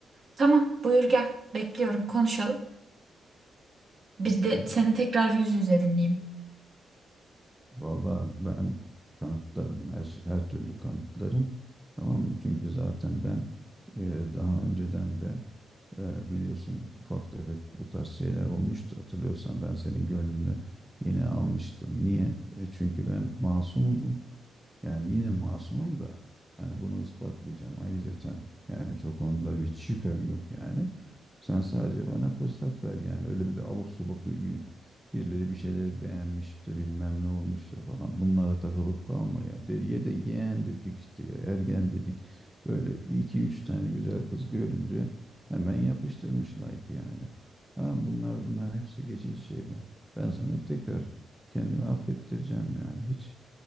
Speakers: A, on the right; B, in the centre.
A: Tamam, buyur gel. Bekliyorum, konuşalım. Biz de
B: Valla
A: seni tekrar yüz yüze dinleyeyim.
B: valla ben kanıtlarım her her türlü kanıtlarım tamam mı? Çünkü zaten ben e, daha önceden de e, biliyorsun ufak tefek bu tarz şeyler olmuştu hatırlıyorsan ben senin gönlünü yine almıştım. Niye? E, çünkü ben masumum. Yani yine masumum da yani bunu ispatlayacağım ayrıyeten. Yani çok onda bir şüphem yok yani. Sen sadece bana fırsat ver yani. Öyle böyle abuk subuk bir, bir- birileri bir şeyleri beğenmiş de bilmem ne olmuş da falan. Bunlara takılıp kalma ya. De, ye de yeğen dedik işte ya ergen dedik. Böyle iki üç tane güzel kız görünce hemen yapıştırmış like'ı yani. Tamam bunlar bunlar hepsi geçici şeyler. Ben sana tekrar kendimi affettireceğim yani. Hiç